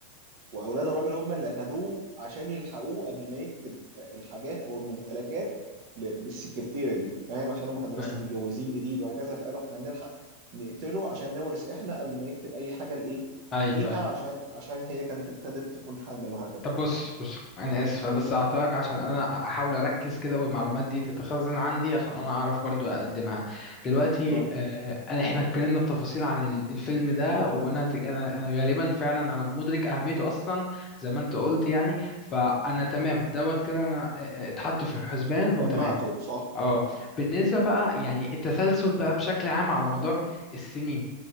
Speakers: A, on the right; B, on the left.
A: واولاد الراجل هم اللي قتلوه عشان يلحقوه قبل ما يكتب الحاجات او الممتلكات ل- للسكرتيره دي فاهم عشان هم كانوا لسه
B: ايوه
A: متجوزين جديد وهكذا فقالوا احنا نلحق نقتله عشان نورث احنا قبل ما يكتب اي حاجه لايه
B: ايوه
A: ليها
B: ايوه
A: عشان عشان هي كانت ابتدت تكون حامل وهكذا
B: طب بص بص انا اسف
A: مم.
B: انا بس هقطعك عشان انا احاول اركز كده والمعلومات دي تتخزن عندي عشان انا اعرف برضو اقدمها دلوقتي
A: تمام
B: آه، انا احنا اتكلمنا بتفاصيل عن ال- الفيلم ده وانا ت- انا انا غالبا فعلا انا مدرك اهميته اصلا زي ما انت قلت يعني فانا تمام دوت كده انا آه، آه، اتحط في الحسبان وتمام
A: جمعته صح
B: اه بالنسبة بقى يعني التسلسل بقى بشكل عام على مدار السنين